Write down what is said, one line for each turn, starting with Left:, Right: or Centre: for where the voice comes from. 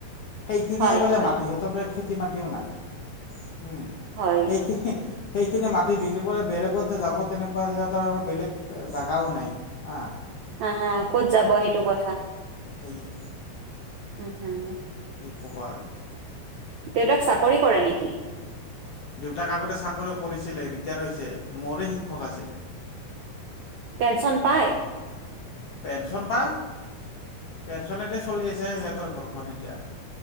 Left: সেইখিনিয়ে
Right: হয়,
Left: বোলে
Right: হয়,
Left: মাটি, সিহঁতৰ বোলে খেতি মাতিও নাই। উম,
Right: হয়।
Left: সেইখিনি সেইখিনি মাটি বিক্ৰী কৰি বেলেগত যে যাব, তেনেকুৱা সিহঁতৰ আৰু বেলেগ জাগাও নাই, হা।
Right: হা, হা। ক'ত যাব সেইটো
Left: ক'ত
Right: কথা।
Left: যাব, সেইতো সেয়ে।
Right: হুম, হুম।
Left: কি ক'বা আৰু।
Right: দেউতাক চাকৰি কৰে নেকি।
Left: দেউতাক আগতে চাকৰি কৰিছিলে ৰিটায়াৰ হৈছে মোৰে শিক্ষক আছিলে।
Right: পেঞ্চন পায়।
Left: পেঞ্চন পায়, পেঞ্চন এদি চলি আছে সিহঁতৰ ঘৰখন এতিয়া